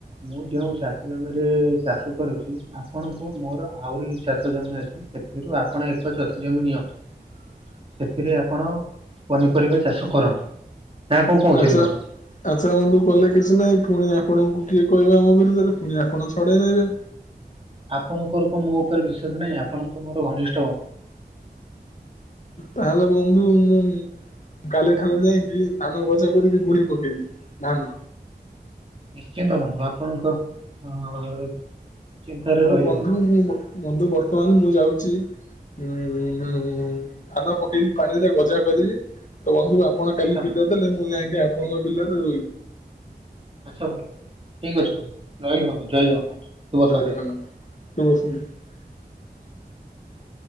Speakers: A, on the right (about 35°); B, on the left (about 45°).
A: ମୁଁ ଯେଉଁ ଚାଷ ଜମିରେ ଚାଷ କରୁଛି ଆପଣଙ୍କୁ ମୋର ଆହୁରି ଚାଷ ଜମି ଅଛି ସେଥିରୁ ଆପଣ ଏକ ଚାଷି ଜମି ନିଅନ୍ତୁ
B: <inaudible>
A: ସେଥିରେ ଆପଣ ପନିପରିବା ଚାଷ କରନ୍ତୁ। ନା କଣ କହୁଛନ୍ତି
B: ଆଚ୍ଛା
A: ବନ୍ଧୁ
B: ଆଚ୍ଛା ବନ୍ଧୁ କଲେ କିଛି ନାଇଁ ପୁଣି ଆ ଆପଣଙ୍କୁ କିଏ କହିବ ଆମ ବିରୁଦ୍ଧରେ ପୁଣି ଆପଣ ଛଡ଼େଇ ନେବେ।
A: ଆପଣଙ୍କର କଣ ମୋ ଉପରେ ବିଶ୍ଵାସ ନାହିଁ ଆପଣ ତ ମୋର ଘନିଷ୍ଠ ବନ୍ଧୁ।
B: ତାହଲେ ବନ୍ଧୁ ମୁଁ କାଲି ଠାରୁ ଯାଇକି ଧାନ ଗଛ କରିକି ଗୁଣି ପକେଇବି ଧାନ।
A: ନିଶ୍ଚିନ୍ତ ବନ୍ଧୁ ଆପଣଙ୍କ ଅ ଚିନ୍ତାରେ
B: ହଉ
A: ରହିଲି
B: ବନ୍ଧୁ ମୁଁ ବନ୍ଧୁ ବର୍ତ୍ତମାନ ମୁଁ ଯାଉଛି ହଁଁ ହୁଁ ଧାନ ପକେଇକି ପାଣିରେ ଗଜା କରିବି ତ ବନ୍ଧୁ ଆପଣ କାଲି
A: ଆଚ୍ଛା
B: ବିଲ ଦେଲେ ମୁଁ ଯାଇକି ଆପଣଙ୍କ ବିଲରେ ରୋଇବି।
A: ଆଚ୍ଛା ବନ୍ଧୁ ଠିକ ଅଛି ବନ୍ଧୁ ରହିଲି ବନ୍ଧୁ ଜୟ ଜଗନ୍ନାଥ। ଶୁଭ
B: ଜୟ
A: ସନ୍ଧ୍ୟା।
B: ଜଗନ୍ନାଥ । ଶୁଭ ସନ୍ଧ୍ୟା।